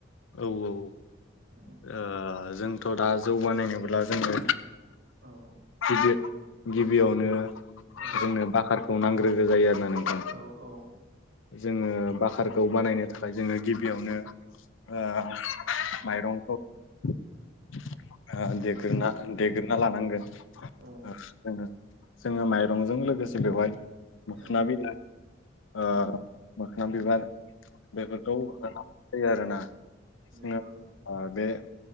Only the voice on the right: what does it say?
<unintelligible>
औ।
औ
औ औ।
औ
औ
औ
नंगौ